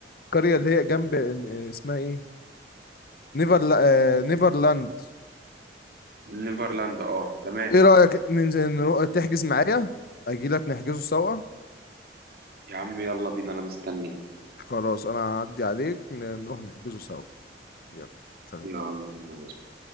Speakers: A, on the left; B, on the right.
A: قريه اللي هي جنب آه، اسمها ايه نيفر آه، نيفرلاند
B: نيفرلاند اه تمام
A: ايه رايك ننزل نروح- تحجز معايا اجي لك نحجزه سوا
B: يا عم يلا بينا انا مستنيك
A: خلاص انا هعدي عليك ن- نروح نحجزه سوا يلا سلام
B: يلا بينا يا باشا